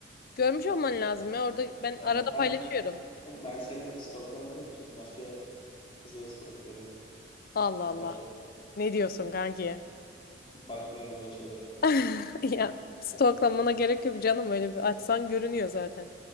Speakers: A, on the left; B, on the left.
A: Görmüş olman lazım ya. Orada ben
B: Ya
A: arada
B: ben
A: paylaşıyorum.
B: ben seni stoklamadığım için başka kızları stokluyorum ben.
A: Allah Allah.
B: Daha çok
A: Ne diyorsun kanki?
B: bakmıyorum öyle şeylere.
A: <laughs> Ya stoklamana gerek yok canım öyle bir açsan görünüyor zaten.